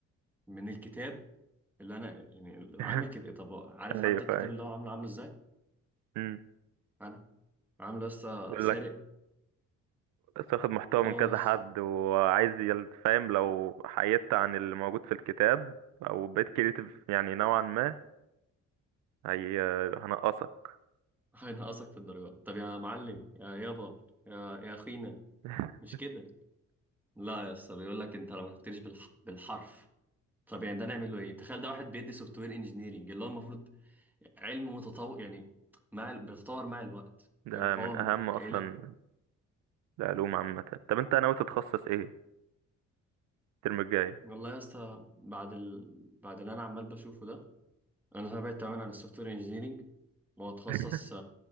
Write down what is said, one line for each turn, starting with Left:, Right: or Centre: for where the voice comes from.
Centre: من الكتاب اللي انا يعني
Right: <laughs>
Centre: عامل كده إيه؟ طب عارف
Right: أيوه
Centre: حتى الكتاب
Right: أيوه
Centre: اللي هو عامله عامله ازاي
Right: أمم.
Centre: انا عامله لسه
Right: يقول
Centre: سارق
Right: لك تاخد محتوى من
Centre: اخ
Right: كذا حد وعايز يل- فاهم لو حيدت عن اللي موجود في الكتاب أو بقيت كريتيف يعني نوعا ما هي هنقصك
Centre: هينقصك في الدرجات طب يا معلم يا يابا يا يا اخينا
Right: <laughs>
Centre: مش كده لا يا اسطى بيقول لك انت لو ما كتبتليش بالح... بالحرف طب يعني ده نعمل له ايه تخيل ده واحد بيدي سوفت وير انجينيرنج اللي هو المفروض علم متطور يعني مع ال- بيتطور مع الوقت
Right: ده
Centre: فيروح
Right: من
Centre: هو
Right: أهم
Centre: م- قايل
Right: أصلا
Centre: لك
Right: العلوم عامة طب أنت ناوي تتخصص إيه الترم الجاي؟
Centre: والله يا اسطى بعد ال... بعد اللي انا عمال بشوفه ده انا تابعت تماما عن السوفت وير انجينيرنج واتخصص
Right: <laughs>